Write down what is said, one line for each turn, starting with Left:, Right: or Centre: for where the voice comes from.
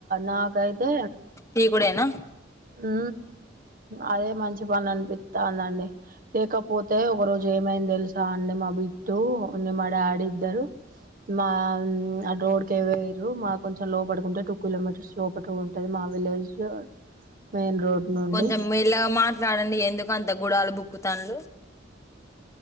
Right: నాకైతే
Left: తీకుడేనా
Right: ఉ అదే మంచి పని అనిపిస్తాందండి లేకపోతే ఒక రోజు ఏమైందెల్సా అండి మా బిట్టు మా డాడీ ఇద్దరు మా ఆ ర రోడ్ కే మా కొంచం లో పటికుంటే టూ కిలోమీటర్స్ లోపటు ఉంటది మా విలేజ్ మెయిన్ రోడ్ నుండి
Left: కొంచెం మెల్లగ మాట్లాడండి ఎందుకు అంత గుడాలు బుక్కుతాన్లు